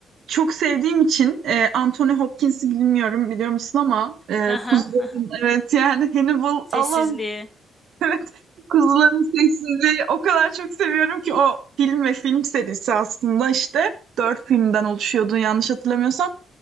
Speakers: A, on the right; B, on the left.
A: çok sevdiğim için e, Anthony Hopkins'i bilmiyorum biliyor musun ama e,
B: Hı
A: kuzuların
B: hı, hı hı.
A: evet yani Hannibal
B: Sessizliği.
A: Allah'ım <laughs> evet kuzuların sessizliği o kadar çok seviyorum ki o film ve film serisi aslında işte dört filmden oluşuyordu yanlış hatırlamıyorsam.